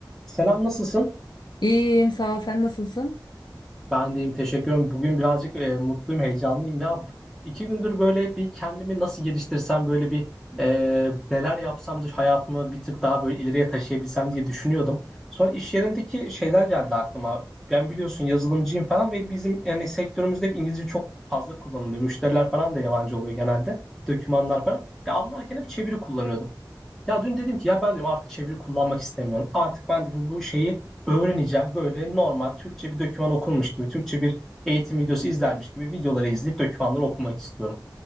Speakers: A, in the centre; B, on the left (about 70°).
A: Selam nasılsın?
B: İyiyim, sağ ol. Sen nasılsın?
A: Ben deyim teşekkür ederim. Bugün birazcık e, mutluyum, heyecanlıyım ya. Bu- İki gündür böyle bir kendimi nasıl geliştirsem böyle bir e, neler yapsam da hayatımı bir tık daha böyle ileriye taşıyabilsem diye düşünüyordum. Sonra iş yerindeki şeyler geldi aklıma. Ben biliyorsun yazılımcıyım falan ve bizim yani sektörümüzde hep İngilizce çok fazla kullanılıyor. Müşteriler falan da yabancı oluyor genelde. Dokümanlar falan. Ya anlarken hep çeviri kullanıyordum. Ya dün dedim ki ya ben dedim artık çeviri kullanmak istemiyorum. Artık ben dedim bu şeyi öğreneceğim. Böyle normal Türkçe bir doküman okurmuş gibi, Türkçe bir eğitim videosu izlermiş gibi videoları izleyip dokümanları okumak istiyorum.